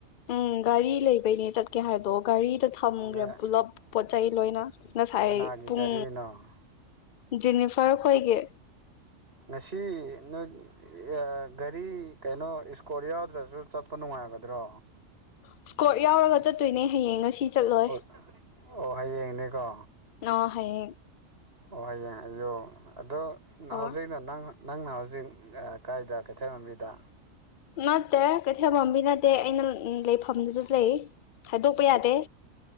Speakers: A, on the left (about 60°); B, on the right (about 45°).
A: ꯎꯝ ꯒꯥꯔꯤ ꯂꯩꯕꯩꯅꯦ ꯆꯠꯀꯦ ꯍꯥꯏꯗꯣ ꯒꯥꯔꯤꯗ ꯊꯝꯈ꯭ꯔꯦ
B: ꯑꯗ
A: ꯄꯨꯂꯞ ꯄꯣꯠ ꯆꯩꯩ ꯂꯣꯏꯅ ꯉꯁꯥꯏ
B: ꯀꯅꯥꯒꯤ
A: ꯄꯨꯡ
B: ꯒꯥꯔꯤꯅꯣ
A: ꯖꯤꯅꯤꯐꯔ ꯈꯣꯏꯒꯤ
B: ꯉꯁꯤ ꯅꯣꯏ ꯒꯥꯔꯤ ꯀꯩꯅꯣ ꯏꯁꯀꯣꯔ ꯌꯥꯎꯗ꯭ꯔꯁꯨ ꯆꯠꯄ ꯅꯨꯡꯉꯥꯏꯒꯗ꯭ꯔꯣ
A: ꯏꯁꯀꯣꯔ ꯌꯥꯎꯔꯒ ꯆꯠꯇꯣꯏꯅꯦ ꯍꯌꯦꯡ ꯉꯁꯤ ꯆꯠꯂꯣꯏ
B: ꯑꯣ ꯍꯌꯦꯡꯅꯦꯀꯣ
A: ꯑ ꯍꯌꯦꯡ
B: ꯑꯣ ꯍꯌꯦꯡ ꯑꯌꯣ ꯑꯗꯣ
A: ꯍꯣꯏ
B: ꯍꯧꯖꯤꯛ ꯑꯩꯅ ꯅꯪ ꯅꯪꯅ ꯍꯧꯖꯤꯛ ꯀꯥꯏꯗ ꯀꯩꯊꯦꯜ ꯃꯕꯤꯗ
A: ꯅꯠꯇꯦ ꯀꯩꯊꯦꯜ ꯃꯝꯕꯤ ꯅꯠꯇꯦ ꯑꯩꯅ ꯂꯩꯐꯝꯗꯨꯗ ꯂꯩ ꯍꯥꯏꯗꯣꯛꯄ ꯌꯥꯗꯦ